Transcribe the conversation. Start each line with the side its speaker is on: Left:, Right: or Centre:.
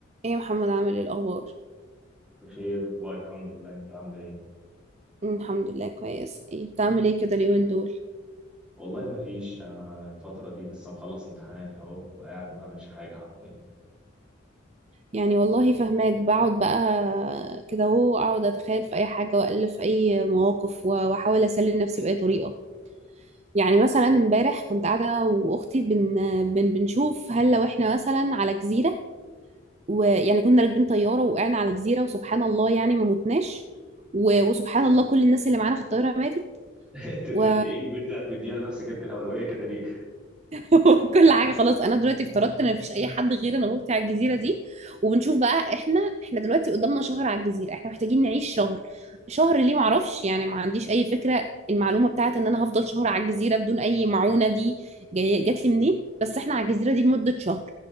Right: ايه يا محمد عامل ايه الاخبار
Centre: بخير والله الحمد لله انت عامل ايه
Right: أمم، الحمد لله كويس ايه بتعمل ايه كده اليومين دول
Centre: والله ما فيش انا الفتره دي لسه مخلص امتحاناتي اهو وقاعد ما بعملش حاجه حرفيا <laughs>
Right: يعني والله فهماك بقعد بقى كده اهو اقعد اتخيل في اي حاجه والف في اي مواقف و- واحاول اسلي نفسي باي طريقه يعني مثلا امبارح كنت قاعده انا واختي بن... بن... بنشوف هل لو احنا مثلا على جزيره ويعني كنا راكبين طياره وقعنا على جزيره وسبحان الله يعني ما متناش و... وسبحان الله كل الناس اللي معانا في الطياره ماتت
Centre: انت انت
Right: و...
Centre: انت ايه بدي بدي لنفسك انت الاولويه كده ليه
Right: <laughs> كل حاجه خلاص انا دلوقتي افترضت ان مفيش اي حد غير انا وأختي على الجزيره دي وبنشوف بقى احنا احنا دلوقتي قدامنا شهر على الجزيره احنا محتاجين نعيش شهر شهر ليه معرفش يعني ما عنديش اي فكره المعلومه بتاعت ان انا هفضل شهر على الجزيره بدون اي معونه دي جاي جات لي منين بس احنا على الجزيره دي لمده شهر